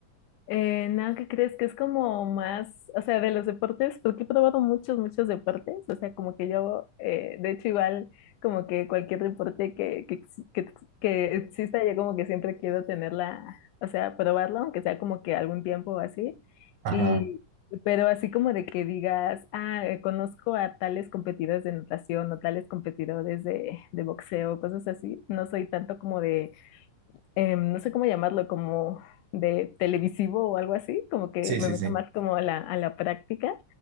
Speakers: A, on the left (about 80°); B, on the right (about 65°).
A: Eh, no, ¿qué crees? Que es como más, o sea, de los deportes, porque he probado muchos, muchos deportes, o sea, como que yo, eh, de hecho, igual, como que cualquier deporte que, que, ex- que, que exista, yo como que siempre quiero tenerla, o sea, probarlo, aunque sea como que algún tiempo o así,
B: Ajá.
A: y, pero así como de que digas, ah, eh, conozco a tales competidores de natación o tales competidores de, de boxeo, cosas así, no soy tanto como de eh, no sé cómo llamarlo, como de televisivo o algo así, como que
B: Sí,
A: me
B: sí,
A: meto
B: sí.
A: más como a la, a la práctica,